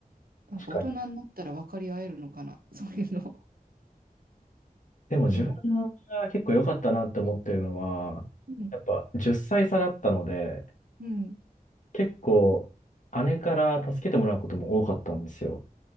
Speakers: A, on the right; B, on the left.
A: なんか大人になったら分かり合えるのかな、
B: 確かに。
A: そういうの。
B: でも自分
A: うん。
B: が結構良かったなって思ってるのは、
A: うん。
B: やっぱ10歳差だったので、
A: うん。
B: 結構姉から助けてもらうことも多かったんですよ。